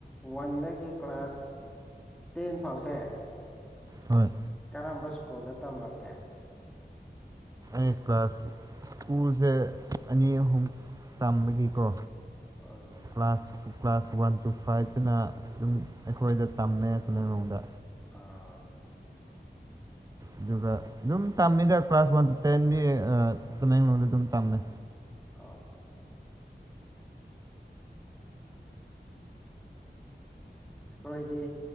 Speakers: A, in the centre; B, on the right (about 20°).
A: ꯋꯥꯟꯗꯒꯤ ꯀ꯭ꯂꯥꯁ ꯇꯦꯟ ꯐꯥꯎꯁꯦ
B: ꯍꯣꯏ
A: ꯀꯔꯝꯕ ꯁ꯭ꯀꯨꯜꯗ ꯇꯝꯃꯛꯀꯦ
B: ꯀ꯭ꯂꯥꯁ ꯁ꯭ꯀꯨꯜꯁꯦ ꯑꯅꯤ ꯑꯍꯨꯝ ꯇꯝꯕꯒꯤꯀꯣ
A: ꯑꯣ
B: ꯀ꯭ꯂꯥꯁ ꯀ꯭ꯂꯥꯁ ꯋꯥꯟ ꯇꯨ ꯐꯥꯏꯚꯇꯅ ꯑꯗꯨꯝ ꯑꯩꯈꯣꯏꯗ ꯇꯝꯃꯦ ꯇꯃꯦꯡꯂꯣꯡꯗ
A: ꯑꯥ
B: ꯑꯗꯨꯒ ꯑꯗꯨꯝ ꯇꯝꯃꯤꯗ ꯀ꯭ꯂꯥꯁ ꯋꯥ ꯇꯨ ꯇꯦꯟꯗꯤ ꯇꯥꯃꯦꯡꯂꯣꯡꯗ ꯑꯗꯨꯝ ꯇꯝꯃꯦ
A: ꯑꯣ ꯑꯣ ꯑꯩꯈꯣꯏꯗꯤ